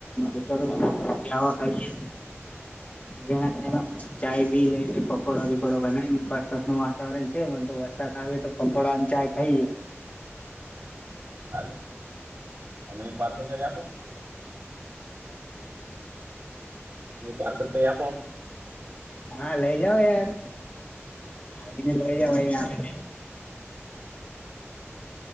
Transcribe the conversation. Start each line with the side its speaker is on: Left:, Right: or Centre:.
Left: એ ચાલવા ખાય જેના કાર ચાય બી લઈને પકોડા પીડા બનાવીને વરસાત નું વાતાવરણ છે મ તો વરસાદ આવે તો પકોડા ચાય થઈ
Right: હાલે અમે પાર્સલ કરી આપો ન પાર્સલ કઈ આપો
Left: હા લઈ જાવ યાર આવીને લઈ જાવ અહી આવીને